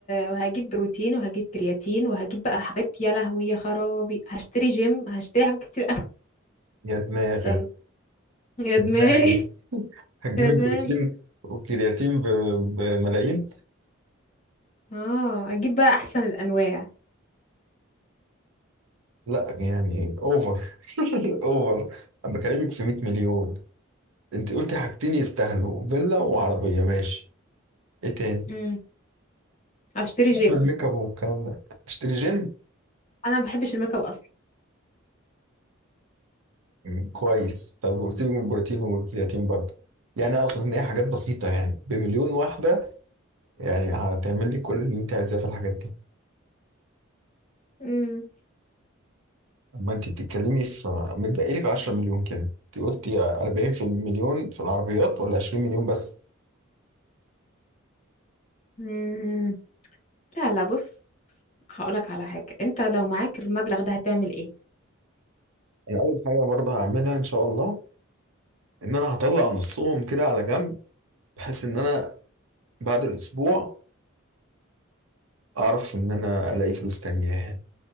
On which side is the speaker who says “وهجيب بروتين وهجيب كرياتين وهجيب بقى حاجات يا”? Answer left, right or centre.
Left